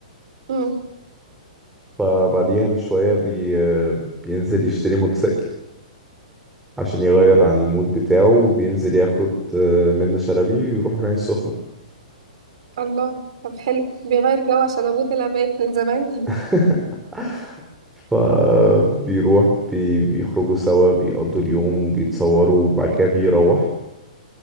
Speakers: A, on the right (about 55°); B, in the centre.
A: مم.
B: فبعديها بشوية بي... بينزل يشتري موتوسيكل عشان يغير عن المود بتاعه وبينزل ياخد آه، منة شلبي ويروح العين السخنة
A: الله طب حلو بيغير جو عشان ابوه طلع ميت من زمان
B: <laughs>
A: <laughs>
B: فبيروح بي... بيخرجوا سوا بيقضوا اليوم بيتصوروا وبعد كده بيروح